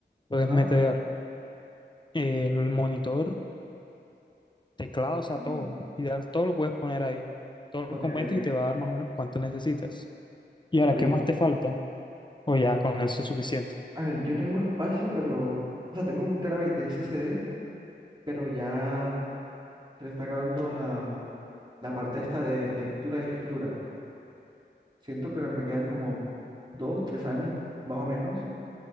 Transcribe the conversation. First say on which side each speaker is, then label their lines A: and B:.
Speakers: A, on the left; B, on the right.
A: Puedes
B: Ajá.
A: meter el monitor, teclado, o sea,
B: Sí.
A: todo. Ideal, todo lo puedes poner ahí. Todos
B: Ok,
A: los componentes
B: ok.
A: y te va a dar más o menos cuánto necesitas. Y ahora,
B: Listo.
A: ¿qué más te falta? O ya con eso es suficiente.
B: A ver, yo tengo espacio, pero, o sea, tengo un terabyte de SSD, pero ya se le está acabando la, la parte esta de lectura y escritura. Siento que me quedan como dos, tres años, más o menos,